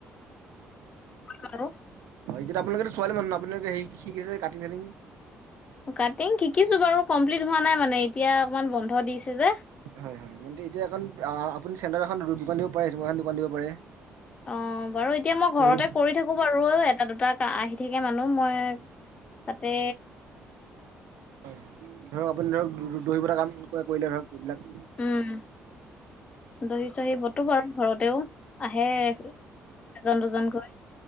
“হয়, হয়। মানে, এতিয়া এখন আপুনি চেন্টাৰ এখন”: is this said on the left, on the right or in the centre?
Right